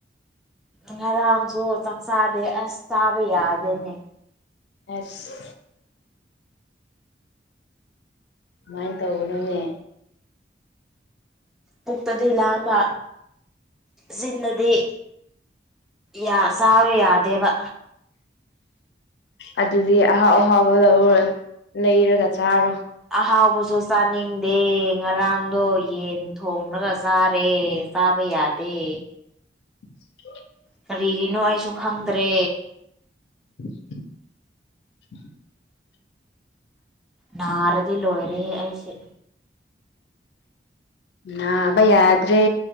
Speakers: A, in the centre; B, on the left.
A: ꯉꯔꯥꯡꯁꯨ ꯆꯥꯛꯆꯥꯥꯗꯦ ꯑꯁ ꯆꯥꯕ ꯌꯥꯗꯦꯅꯦ
B: ꯑꯁ ꯀꯃꯥꯏ ꯇꯧꯕꯅꯣꯅꯦ
A: ꯃꯨꯛꯇꯗꯤ ꯂꯥꯝꯕ ꯖꯤꯟꯗꯗꯤ ꯌꯥ ꯆꯥꯕ ꯌꯥꯗꯦꯕ
B: ꯑꯗꯨꯗꯤ ꯑꯍꯥꯎ ꯑꯍꯥꯎꯕ ꯂꯧꯔ ꯂꯩꯔꯒ ꯆꯥꯔꯣ
A: ꯑꯍꯥꯎꯕꯁꯨ ꯆꯥꯅꯤꯡꯗꯦ ꯉꯔꯥꯡꯗꯣ ꯌꯦꯟ ꯊꯣꯡꯂꯒ ꯆꯥꯔꯦ ꯇꯥꯕ ꯌꯥꯗꯦ
B: ꯍ <unintelligible>
A: ꯀꯔꯤꯒꯤꯅꯣ ꯑꯩꯁꯨ ꯈꯪꯗ꯭ꯔꯦ
B: <inaudible>
A: ꯅꯥꯔꯗꯤ ꯂꯣꯏꯔꯦꯍꯦ ꯑꯩꯁꯦ
B: ꯅꯕ ꯌꯥꯗ꯭ꯔꯦ